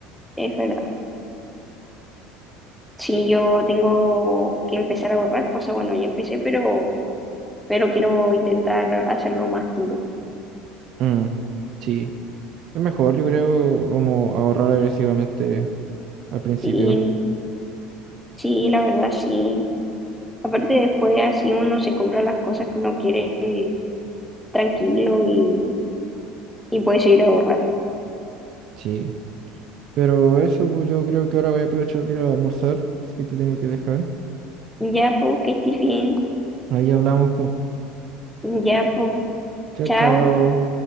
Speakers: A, in the centre; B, on the right (about 45°).
A: es verdad. Sí, yo tengo que empezar a ahorrar, o sea, bueno, ya empecé, pero, pero quiero intentar hacerlo más duro.
B: Mm, sí, es mejor, yo creo, como ahorrar agresivamente al principio.
A: Sí, sí, la verdad, sí. Aparte después así uno se compra las cosas que uno quiere eh, tranquilo y, y puede seguir ahorrando.
B: Sí, pero eso, pues yo creo que ahora voy a aprovechar de ir a almorzar, así que te tengo que dejar.
A: Ya, pues, que estés bien.
B: Ahí hablamos, pues.
A: Ya, pues,
B: Chao,
A: chao.
B: chao.